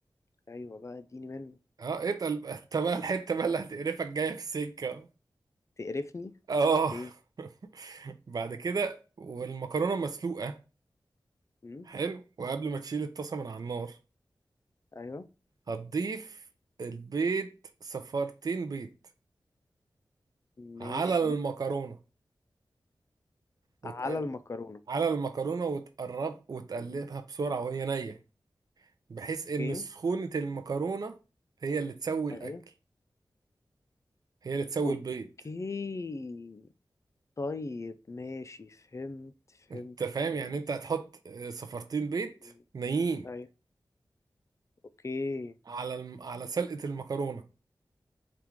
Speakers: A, on the left; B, on the right.
A: ايوه بقى اديني منه
B: اه اتقل بقى <laughs> انت بقى الحته بقى اللي هتقرفك جايه في السكه
A: تقرفني
B: اه
A: ليه
B: <laughs> بعد كده والمكرونه مسلوقه
A: مم.
B: حلو وقبل ما تشيل الطاسه من على النار
A: ايوه
B: هتضيف البيض صفارتين بيض
A: ماشي
B: على المكرونة وت...
A: على المكرونة
B: على المكرونة وتقرب وتقلبها بسرعة وهي نية بحيث
A: اوكي
B: إن سخونة المكرونة هي اللي تسوي الأكل
A: ايوه
B: هي اللي تسوي
A: اوكي
B: البيض
A: طيب ماشي فهمت
B: أنت
A: فهمت
B: فاهم
A: فهمت
B: يعني أنت هتحط آه، صفارتين بيض
A: فهمت
B: نيين
A: ايوه اوكي
B: على الم... على سلقة المكرونة